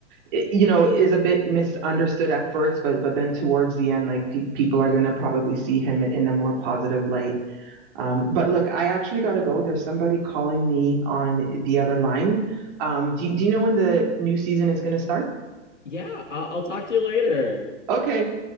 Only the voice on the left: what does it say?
Yeah, i I'll talk to you later.